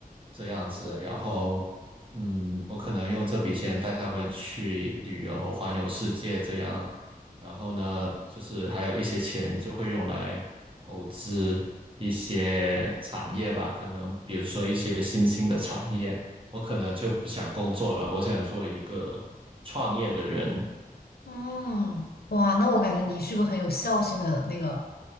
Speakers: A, on the right; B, on the left.
A: 这样子，然后，嗯，我可能用这笔钱带他们去旅游，环游世界这样，然后呢，就是还有一些钱就会用来投资一些产业吧，可能比如说一些新兴的产业，我可能就不想工作了，我想做一个创业的人，
B: 嗯，哇，那我感觉你是个很有孝心的那个